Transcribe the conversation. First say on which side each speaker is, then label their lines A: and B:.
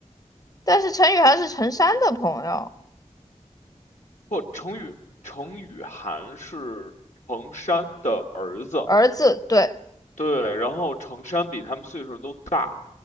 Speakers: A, on the left (about 30°); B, on the left (about 75°).
A: 但是陈雨涵是陈山的朋友，
B: 不，程宇程宇涵是程山的儿子，
A: 儿子，对，
B: 对，然后程山比他们岁数都大，